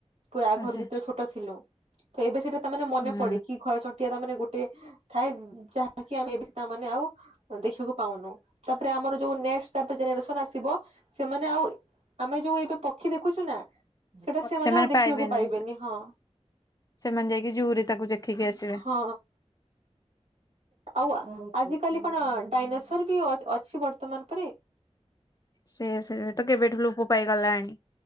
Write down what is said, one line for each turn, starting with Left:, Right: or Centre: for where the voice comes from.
Right: ପୁରା
Left: ଆଚ୍ଛା
Right: ଘରେ ଯେତେବେଳେ ଛୋଟ ଥିଲୁ ସେଇ କଥାଟାମାନେ ମନେ
Left: ହୁଁ।
Right: ପଡେ କି ଘର ଚଟିଆ ତ ମାନେ ଗୋଟେ ଥାଏ ଯାହାକି ଆମେ ଏବେ ତାମାନେ ଆଉ ଦେଖିବାକୁ ପାଉନୁ ତାପରେ ଆମର ନେଷ୍ଟ ତା ପରେ ଜେନେରେସନ ଆସିବ ସେମାନେ ଆଉ ଆମେ ଯୋଉ ଏବେ ପକ୍ଷୀ ଦେଖୁଛୁ ନା? ସେଟା
Left: ସେମାନେ
Right: ଆଉ ଦେଖିବାକୁ
Left: ପାଇବେନି।
Right: ହଁ
Left: ସେମାନେ ଯାଇକି ଜୁଉ ରେ ତାକୁ ଦେଖିକି ଆସିବେ।
Right: ହଁ ଆଉ ଆଜି କାଲି କଣ ଡାଇନୋସର ବି ଅଛି ବର୍ତ୍ତମାନ ପରି?
Left: ସେୟା ସେୟା ତ କେବେ ଠୁ ଲୋପ ପାଇଗଲାଣି।